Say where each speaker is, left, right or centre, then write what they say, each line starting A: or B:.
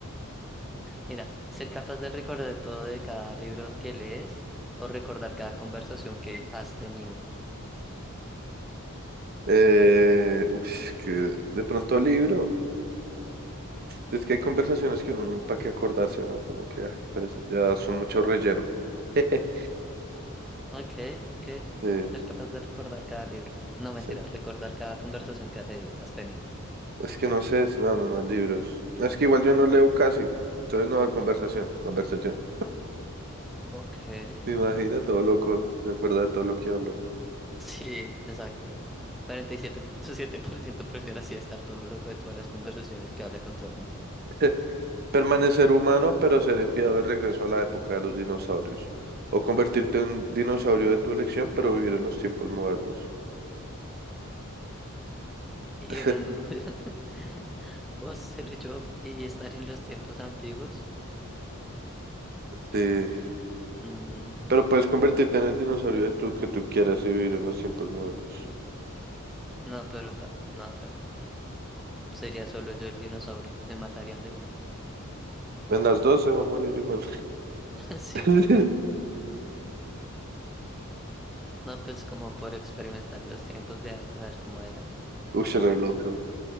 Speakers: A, in the centre; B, on the right.
A: Mira, ser capaz de recordar todo de cada libro que lees o recordar cada conversación que has tenido.
B: Eh, uff, que de pronto libro. Es que hay conversaciones que uno, para qué acordarse, ¿no? Como que, ah, qué pereza, ya son mucho relleno. <laughs>
A: Ok, ok.
B: Sí,
A: Ser capaz de recordar cada libro. No mentiras,
B: sí.
A: recordar cada conversación que has de- has tenido.
B: Es que no sé, es- no, no, no, libros. Es que igual yo no leo casi. Entonces no, conversación, conversación.
A: Ok.
B: Me imagina todo loco, recuerda de todo lo que habló.
A: Sí, exacto. 47.7% prefiere así estar todo loco de todas las conversaciones que habla con todo el mundo. <laughs>
B: <laughs> Permanecer humano, pero ser enviado de regreso a la época de los dinosaurios. O convertirte en un dinosaurio de tu elección, pero vivir en los tiempos modernos.
A: Y
B: <laughs>
A: en un... <laughs> o ser yo y estar en los tiempos antiguos?
B: Sí.
A: Mm,
B: Pero puedes convertirte en el dinosaurio de tu, que tú quieras y vivir en los tiempos modernos.
A: No, pero, ta- no, pero <laughs> sería solo yo el dinosaurio. Me matarían de una.
B: En las dos se va a morir igual.
A: <laughs> Sí,
B: <laughs>
A: también. No, pues como por experimentar los tiempos de antes, a ver cómo eran.
B: Uy, se re loco.